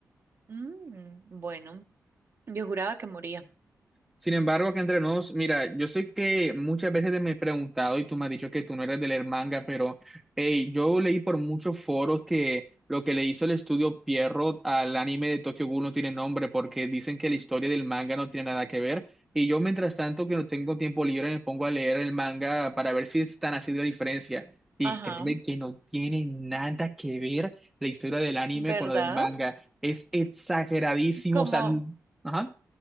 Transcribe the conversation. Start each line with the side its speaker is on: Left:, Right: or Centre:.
Right: Mm, bueno, yo juraba que moría.
Centre: Sin embargo, acá entre nos, mira, yo sé que muchas veces te me he preguntado y tú me has dicho que tú no eres de leer manga, pero hey, yo leí por muchos foros que lo que le hizo el estudio Pierrot al anime de Tokyo Ghoul no tiene nombre porque dicen que la historia del manga no tiene nada que ver. Y yo, mientras tanto, que no tengo tiempo libre, me pongo a leer el manga para ver si es tan así de la diferencia. Y
Right: Ajá,
Centre: créeme que no tiene nada que ver la historia del anime
Right: ¿verdad?
Centre: con la del manga. Es exageradísimo,
Right: Como,
Centre: o sea, n- ajá.